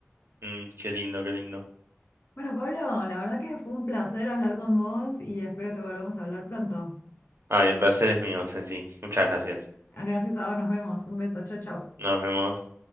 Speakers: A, on the right (about 70°); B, on the left (about 55°).
A: Mm, qué lindo, qué lindo.
B: Bueno, Pablo, la verdad que fue un placer hablar con vos y espero que volvamos a hablar pronto.
A: Ay, el placer es mío, Ceci. Muchas gracias.
B: Gracias a vos, nos vemos. Un beso, chau, chau.
A: Nos vemos.